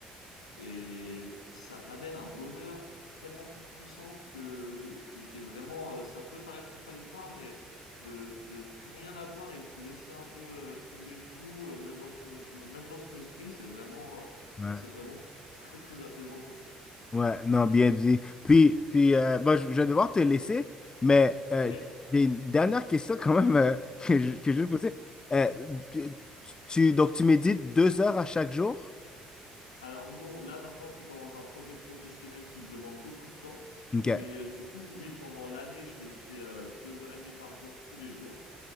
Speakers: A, on the left; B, on the left.
A: et ça t'amène un bonheur tellement plus puissant que je- ce qui est, qui est vraiment, euh, ça peut paraître contradictoire, mais de, de plus rien avoir et de laisser un peu euh, tomber tout, euh, même dans son, dans- même dans son esprit, c'est vraiment, euh,
B: ouais.
A: c'est vraiment très, très apaisant, quoi.
B: Ouais, non, bien dit. Puis, puis euh, bon, je, je vais devoir te laisser, mais euh,
A: OK?
B: j'ai une dernière question quand même euh, <laughs> que je, que je vais te poser. Euh, tu, tu- donc, tu médites deux heures à chaque jour?
A: Alors non, là maintenant, je suis dans un projet professionnel qui me demande beaucoup de temps,
B: OK.
A: mais euh, du coup, oui, pendant l'année, je méditais euh, deux heures et demie par jour, tous les jours.